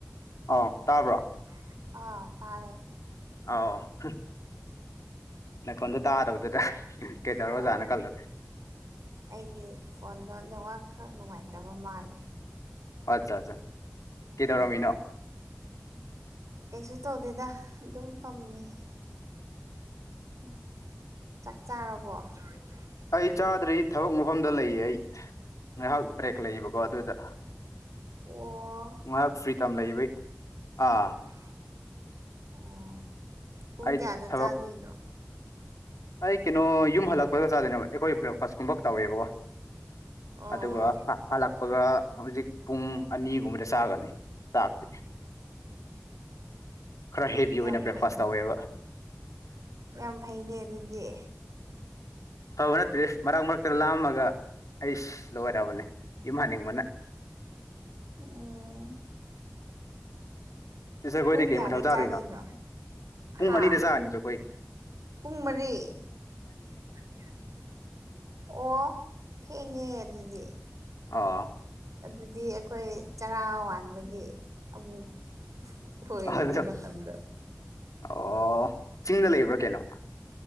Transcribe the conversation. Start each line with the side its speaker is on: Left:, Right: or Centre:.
Left: ꯑꯧ ꯇꯥꯕ꯭ꯔꯣ
Right: ꯇꯥꯕ꯭ꯔꯣ ꯑ ꯇꯥꯔꯦ
Left: ꯑꯧ ꯍꯝ
Right: ꯎꯝ
Left: ꯅꯥꯈꯣꯟꯗꯣ ꯇꯥꯗꯕꯗꯨꯗ ꯀꯩꯗꯧꯔꯖꯥꯅꯣ
Right: ꯑꯥ
Left: ꯈꯜꯂꯨꯔꯦ꯫
Right: ꯑꯩꯒꯤ ꯐꯣꯟꯗꯣ ꯅꯦꯠꯋꯥꯛ ꯈꯔ ꯅꯨꯡꯉꯥꯏꯇꯕ ꯃꯥꯜꯂꯦ꯫
Left: ꯑꯠꯆꯥ ꯆꯥ ꯀꯤꯗꯧꯔꯝꯃꯤꯅꯣ
Right: ꯎꯝ ꯀꯩꯁꯨ ꯇꯧꯗꯦꯗ ꯑꯗꯨꯝ ꯐꯝꯃꯤ ꯎꯝ ꯆꯥꯛ ꯆꯥꯔꯕꯣ ꯆꯥꯛ ꯏꯟꯖꯥꯡ
Left: ꯑꯩ ꯆꯥꯗ꯭ꯔꯤ ꯊꯕꯛ ꯃꯐꯝꯗ ꯂꯩꯌꯦ ꯑꯩ ꯉꯥꯏꯍꯥꯛ ꯕ꯭ꯔꯦꯛ ꯂꯩꯕꯀꯣ ꯑꯗꯨꯗ
Right: ꯑꯣ
Left: ꯉꯥꯏꯔꯥꯛ ꯐ꯭ꯔꯤꯗꯝ ꯂꯩꯕꯩ ꯑꯥ
Right: ꯍꯥ ꯑꯣ ꯄꯨꯡ
Left: ꯑꯩ
Right: ꯀꯌꯥꯗ
Left: ꯊꯕꯛ
Right: ꯆꯥꯗꯨꯏꯅꯣ
Left: ꯑꯩ ꯀꯩꯅꯣ ꯌꯨꯝ ꯍꯜꯂꯛꯄꯒ ꯆꯥꯗꯣꯏꯅꯦꯕ ꯑꯩꯈꯣꯏ ꯕ꯭ꯔꯦꯛꯐꯥꯁꯀꯨꯝꯕ ꯇꯧꯋꯦꯕꯣ꯫
Right: ꯑꯣ
Left: ꯑꯗꯨꯒ ꯍꯥ ꯍꯜꯂꯛꯄꯒ ꯍꯧꯖꯤꯛ ꯄꯨꯡ ꯑꯅꯤꯒꯨꯝꯕꯗ ꯆꯥꯒꯅꯤ ꯆꯥꯛꯇꯤ꯫ ꯈꯔ ꯍꯦꯕꯤ ꯑꯣꯏꯅ
Right: ꯌꯥꯝ
Left: ꯕ꯭ꯔꯦꯛꯐꯥꯁ
Right: ꯐꯩꯅꯦ
Left: ꯇꯧꯋꯦꯕ
Right: ꯌꯥꯝ ꯐꯩꯅꯦ ꯑꯗꯨꯗꯤ
Left: ꯐꯕ ꯅꯠꯇꯦ ꯃꯔꯛ ꯃꯔꯛꯇ ꯂꯥꯝꯃꯒ ꯑꯩꯁ ꯂꯣꯏꯔꯕꯅꯦ ꯌꯨꯝ ꯍꯟꯅꯤꯡꯕꯅ꯫
Right: ꯎꯝ
Left: ꯁꯤꯁꯇꯔ ꯈꯣꯏꯗꯤ
Right: ꯄꯨꯡ
Left: ꯀꯩ
Right: ꯀꯌꯥꯗ
Left: ꯃꯊꯦꯜ ꯆꯥꯗꯣꯏꯅꯣ
Right: ꯆꯥꯗꯨꯏꯅꯣ
Left: ꯄꯨꯡ
Right: ꯍꯥ
Left: ꯑꯅꯤꯗ ꯆꯥꯔꯅꯤꯕ ꯑꯩꯈꯣꯏ
Right: ꯄꯨꯡ ꯃꯔꯤ ꯑꯅꯤ ꯑꯅꯤ ꯑꯣ ꯊꯦꯡꯉꯦ ꯑꯗꯨꯗꯤ
Left: ꯑꯣ
Right: ꯑꯗꯨꯗꯤ ꯑꯩꯈꯣꯏ ꯆꯔꯥ ꯋꯥꯟꯕꯒꯤ ꯑꯃꯨꯛ ꯍꯣꯏꯌꯦꯅꯦ
Left: ꯑꯗꯨꯗꯣ
Right: ꯃꯇꯝꯗꯣ
Left: ꯑꯣ ꯆꯤꯡꯗ ꯂꯩꯕ꯭ꯔꯥ ꯀꯩꯅꯣ